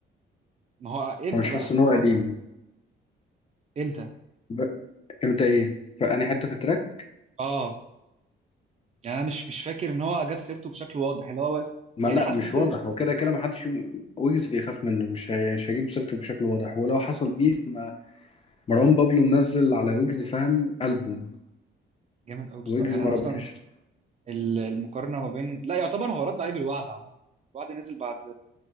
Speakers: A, on the right; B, on the left.
A: ما هو امتى
B: فمش
A: بقى
B: حاسس ان هو
A: ما
B: قديم
A: امتى
B: ب... امتى ايه فاني حته في التراك
A: اه يعني انا مش مش فاكر ان هو جاب سيرته بشكل واضح اللي هو بس
B: ما
A: يعني
B: لا
A: حاسس
B: مش واضح هو كده كده ما حدش ويجز بيخاف منه مش هي... مش هجيب سيرته بشكل واضح ولو حصل بيف ما مروان بابلو منزل على ويجز فاهم ألبوم
A: جامد قوي بصراحه
B: ويجز
A: يعني
B: ما
A: انا
B: ردش
A: اصلا ال- المقارنه ما بين لا يعتبر هو رد عليه بالوعد عامه الوعد نزل بعد